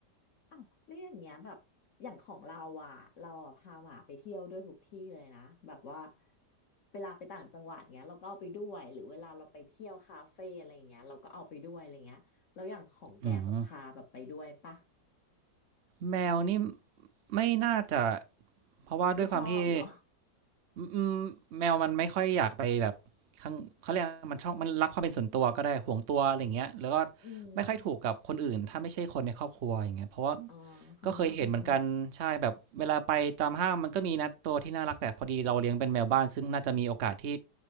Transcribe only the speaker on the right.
อืม แมวนี่ไม่น่าจะเพราะว่าด้วยความที่
อืมอืมแมวมันไม่ค่อยอยากไปแบบข้างเขาเรียกมันชอบมันรักความเป็นส่วนตัวก็ได้ห่วงตัวอะไรอย่างเงี้ยแล้วก็
ไม่ค่อยถูกกับคนอื่นถ้าไม่ใช่คนในครอบครัวอย่างเงี้ยเพราะว่า
ก็เคยเห็นเหมือนกันใช่แบบเวลาไปตามห้างมันก็มีนะตัวที่น่ารักแต่พอดีเราเลี้ยงเป็นแมวบ้านซึ่งน่าจะมีโอกาสที่